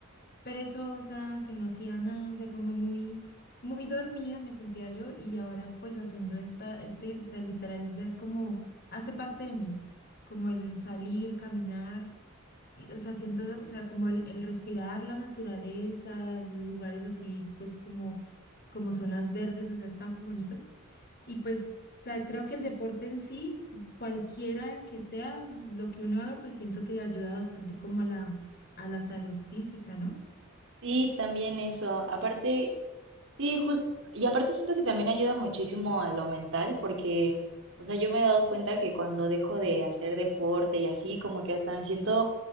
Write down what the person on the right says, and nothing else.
Sí, también eso. Aparte, sí, justo, y aparte siento que también ayuda muchísimo a lo mental, porque, o sea, yo me he dado cuenta que cuando dejo
de hacer deporte y así, como que hasta me siento,